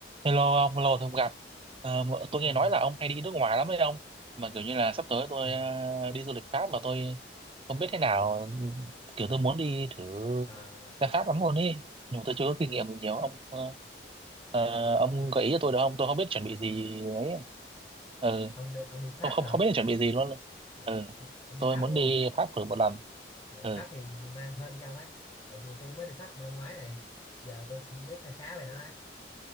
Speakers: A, on the right (about 30°); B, on the left (about 20°).
A: Hello ông, lâu rồi không gặp. Ờ, mà tôi
B: Ờ,
A: nghe nói là ông hay đi nước ngoài lắm đấy ông. Mà kiểu như là sắp tới tôi
B: ừ.
A: ờ, đi du lịch Pháp mà tôi không biết thế nào. Kiểu tôi muốn đi thử
B: à,
A: ra Pháp lắm luôn ấy. Nhưng mà tôi chưa có kinh nghiệm gì nhiều. Ông ờ, ờ,
B: ờ,
A: ông gợi ý cho tôi được không? Tôi không biết chuẩn bị gì ấy. Ừ,
B: ông đi ông đi Pháp
A: không, không,
B: hả
A: không biết chuẩn bị gì luôn.
B: à,
A: Ừ,
B: ông, ông đi
A: tôi
B: Pháp
A: muốn
B: đúng
A: đi
B: không
A: Pháp thử một lần.
B: à,
A: Ừ,
B: Pháp thì mang hên cho ông ấy tại vì tôi mới đi Pháp năm ngoái này giờ tôi cũng biết khá khá về nó ấy